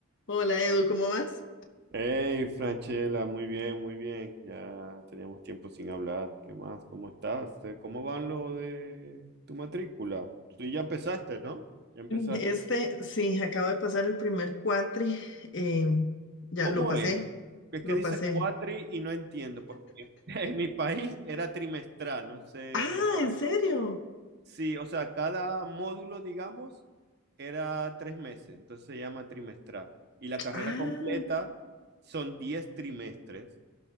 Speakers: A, on the left (about 55°); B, on the right (about 50°).
A: Hola Edu, ¿cómo vas?
B: Hey, Franchela, muy bien, muy bien. Ya teníamos tiempo sin hablar. ¿Qué más? ¿Cómo estás? Eh, ¿Cómo van lo de tu matrícula? Tú ya empezaste, ¿no? Ya empezaste.
A: Este, sí, acabo de pasar el primer cuatri. eh, ya
B: ¿Cómo
A: lo pasé,
B: es? Es
A: lo
B: que dices
A: pasé.
B: cuatri y no entiendo, porque <laughs> en mi país era trimestral, no sé,
A: Ah,
B: o sea,
A: ¿en serio?
B: sí, o sea, cada módulo, digamos, era tres meses, entonces se llama trimestral. Y la carrera
A: Ah,
B: completa son diez trimestres,